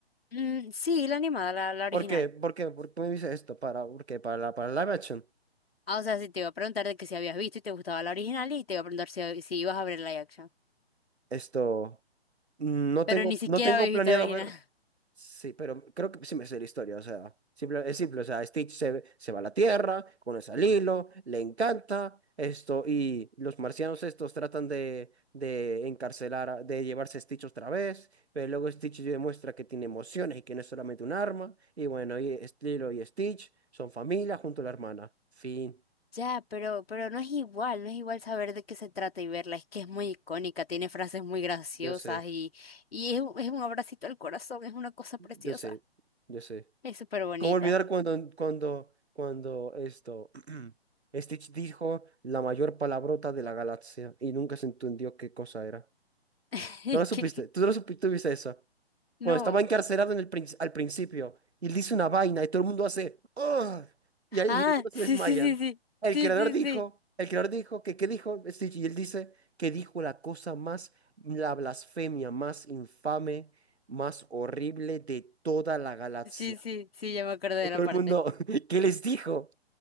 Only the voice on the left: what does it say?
Mm, sí, la animada, la, la original.
Ah, o sea, sí te iba a preguntar de que si habías visto y te gustaba la original y te iba a preguntar si, si ibas a ver la action.
Pero
ni siquiera
habéis
visto la original.
<laughs>
Ya, pero, pero no es igual, no es igual saber de qué se trata y verla. Es que es muy icónica, tiene frases muy graciosas
y, y es, un- es un abracito al corazón, es una cosa
preciosa.
Es súper bonita.
<laughs> Es
que-
No.
Ah,
sí,
sí, sí, sí.
Sí,
sí,
sí.
Sí, sí, sí, ya me acuerdo de
la parte.